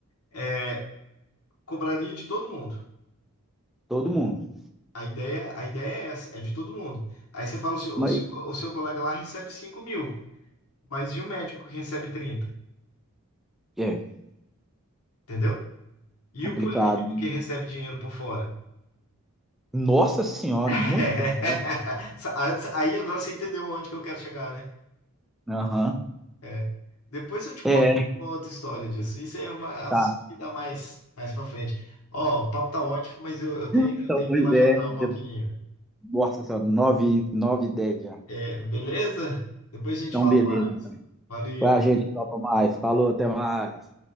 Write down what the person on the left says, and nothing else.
é, cobraria de todo mundo.
A ideia, a ideia é essa, é de todo mundo. Aí você fala, o seu,
o seu, o seu colega lá recebe cinco mil, mas e o médico que recebe trinta
entendeu? E
o político que recebe dinheiro por fora?
<laughs>
Sa- a- Aí agora você entendeu onde que eu quero chegar, né?
É. Depois eu te conto
uma outra história disso. Isso é uma assunto
que dá mais, mais pra frente. Ó, o papo tá ótimo, mas eu, eu tenho,
eu tenho
que ir lá
jantar um pouquinho.
É, beleza? Depois a gente
fala
mais.
Valeu.